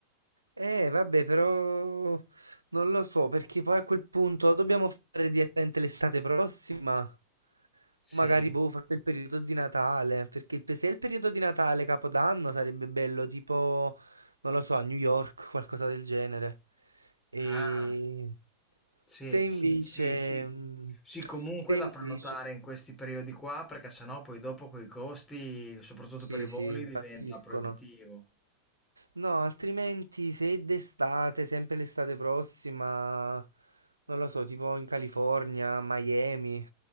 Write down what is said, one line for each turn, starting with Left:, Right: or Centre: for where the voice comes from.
Right: Eh, vabbè, però non lo so, perché poi a quel punto dobbiamo fare direttamente l'estate prossima. O
Left: Sì.
Right: Magari, boh, forse il periodo di Natale, perché il pe- se è il periodo di Natale, Capodanno, sarebbe bello, tipo, non lo so, a New York, qualcosa del genere. E
Left: Ah. Sì,
Right: se invece,
Left: sì, sì, sì.
Right: mm,
Left: Sì, comunque
Right: se
Left: da
Right: invece,
Left: prenotare in questi periodi qua, perché sennò poi dopo coi costi, soprattutto
Right: sì,
Left: per i voli,
Right: sì, impazziscono.
Left: diventa proibitivo.
Right: No, altrimenti se è d'estate, sempre l'estate prossima, non lo so, tipo in California, Miami.